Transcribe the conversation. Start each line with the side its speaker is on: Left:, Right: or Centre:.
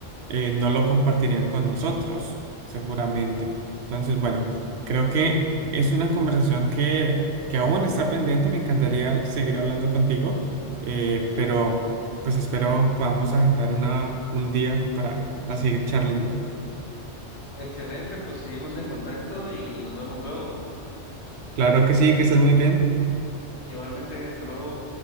Right: eh, no lo compartirían con nosotros, seguramente. Entonces, bueno, creo que es una conversación que, que aún está pendiente, me encantaría seguir hablando contigo. Eh, pero pues espero podamos agendar una, un día para, para seguir charlando.
Left: Excelente, pues seguimos en contacto y nos vemos luego.
Right: Claro que sí, que estés muy bien.
Left: Igualmente, hasta luego.